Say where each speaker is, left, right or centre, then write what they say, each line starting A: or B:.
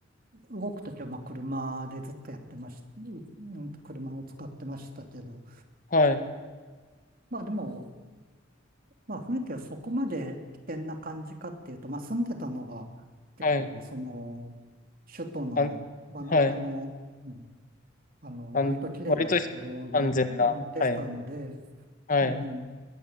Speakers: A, on the right; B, on the left.
A: 動くときはまあ車でずっとやってまし、うん車を使ってましたけど、
B: はい。
A: まあでも、まあ雰囲気はそこまで危険な感じかっていうと、まあ住んでたのが結構その、
B: はい。
A: 首都の真ん中の、
B: あん、はい。
A: うんあの、
B: あん、
A: 割と綺麗なところで、
B: 割とひ安全な。
A: うんでしたので、
B: はい。はい。
A: うん、